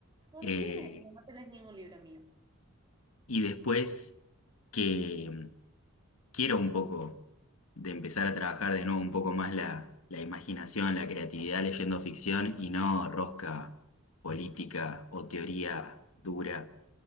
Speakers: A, on the right; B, on the left.
A: ¿Por
B: eh,
A: qué? No, no tenés ningún libro mío.
B: y después que mm, quiero un poco de empezar a trabajar de nuevo un poco más la, la imaginación, la creatividad leyendo ficción y no rosca política o teoría dura.